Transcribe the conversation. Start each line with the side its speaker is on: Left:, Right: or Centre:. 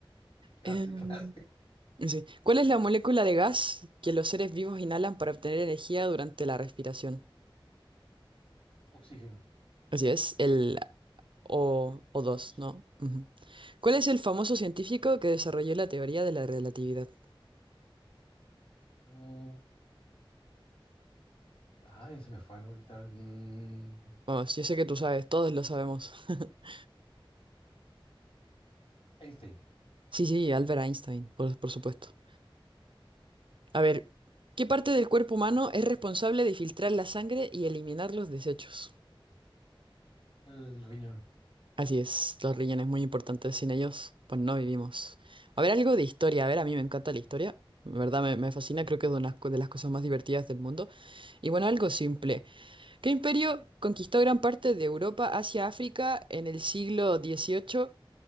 Left: Casi,
Right: Em,
Left: <laughs> casi.
Right: sí. ¿Cuál es la molécula de gas que los seres vivos inhalan para obtener energía durante la respiración?
Left: Oxígeno.
Right: Así es, el O, O2,
Left: o dos.
Right: ¿no? Ujú. ¿Cuál es el famoso científico que desarrolló la teoría de la relatividad?
Left: Mm, ay, se me falla ahorita. Mm,
Right: Vamos, yo sé que tú sabes, todos lo sabemos. <laughs>
Left: Einstein,
Right: Sí, sí, Albert Einstein, por, por supuesto. A ver, ¿qué parte del cuerpo humano es responsable de filtrar la sangre y eliminar los desechos?
Left: el riñón.
Right: Así es, los riñones muy importantes, sin ellos, pues no vivimos. A ver, algo de historia, a ver, a mí me encanta la historia, de verdad me, me fascina, creo que es una de las co- de las cosas más divertidas del mundo. Y bueno, algo simple. ¿Qué imperio conquistó gran parte de Europa, Asia, África en el siglo XVIII